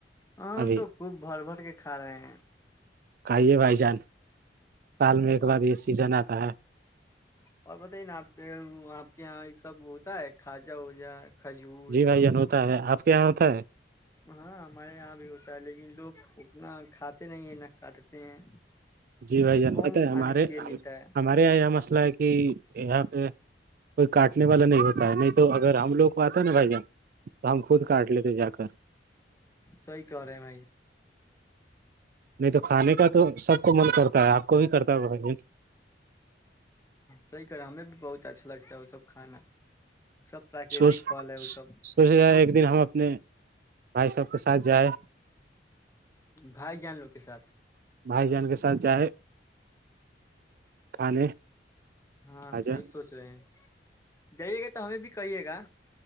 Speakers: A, on the left (about 15°); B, on the right (about 55°).
A: ہم
B: ابھی
A: تو خوب بھر بھر کے کھا رہے ہیں
B: کائی ہے بھائی جان سال میں ایک
A: اور
B: بار یہ سیزن آ ہاں
A: اور بتائی نا آپ کے آپ کے یہاں یہ سب ہوتا ہے کھاجہ ووجا کھجور
B: جی
A: یہ
B: بھائی
A: سب
B: جان ہوتا ہے آپ کیا تھا ہے
A: ہاں ہمارے یہاں بھی ہوتا ہے لیکن لوگ اتنا کھاتے نہیں ہیں نہ کاٹتے ہیں
B: جی بھائی جان
A: کم
B: پت ہے ہمارے
A: کھانے کے لیے ملتا ہے
B: ہمارے یہاں یہ مسئلہ ہے کہ یہاں پہ کوئی کاٹنے والا نہیں ہوتا ہے نہیں تو اگر ہم لوگ کو آتا ہے نا بھائی جان تو ہم خود کاٹ لیتے جا کر
A: سئی کر رہے م
B: نہیں تو کھانے کا تو سب کو من کرتا ہے آپ کو بھی کرتا ہے ب ج
A: صحیح کہہ رہے ہیں، ہمیں بھی بہت اچھا لگتا ہے وہ سب کھانا سب پراکرتک
B: سوچ
A: پھل ہے وہ سب
B: سوچ رہ ایک دن ہم اپنے بھائی سب کے ساتھ جائے
A: بھائی جان لو کے ساتھ
B: بھائی جان کے ساتھ جائے کھانے
A: ہاں
B: آجا
A: صحی سوچ رہے ہیں جائیے گا تو ہمیں بھی کہیے گا